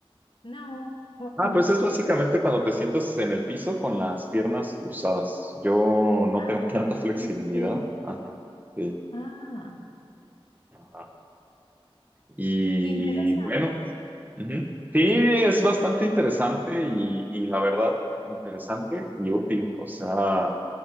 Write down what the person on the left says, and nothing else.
no, uh,
uh.
Ah,
ok.
Ah,
qué interesante.